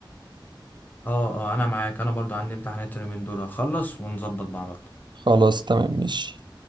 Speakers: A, on the left (about 20°); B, on the right (about 60°).
A: اه اه انا معاك انا برضو عندي امتحانات اليومين دول اخلص ونظبط مع بعض
B: خلاص تمام ماشي